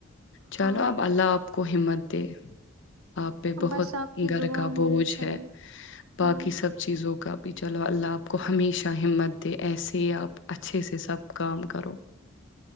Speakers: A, on the left; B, on the right.
A: چلو
B: ہاں
A: اب اللہ آپ کو۔۔۔ وہ ہمت دے۔ آپ پہ بہت
B: بس آپ کی
A: گھر
B: دعا
A: کا
B: ہونی
A: بوجھ
B: چاہیے
A: ہے۔ باقی
B: ہوں
A: سب چیزوں کا۔۔۔۔ بھی۔ چلو اللہ آپ کو ہمیشہ ہمت دے۔ ایسے ہی آپ اچھے سے سب کام کرو۔